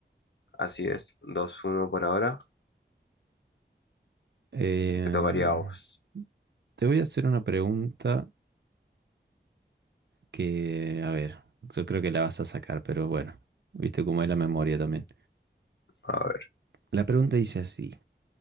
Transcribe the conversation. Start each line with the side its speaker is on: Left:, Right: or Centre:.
Left: así es. Dos uno por ahora.
Right: Em,
Left: Te tocaría a vos.
Right: te voy a hacer una pregunta. que, a ver, yo creo que la vas a sacar, pero bueno, viste cómo es la memoria también.
Left: A ver.
Right: La pregunta dice así,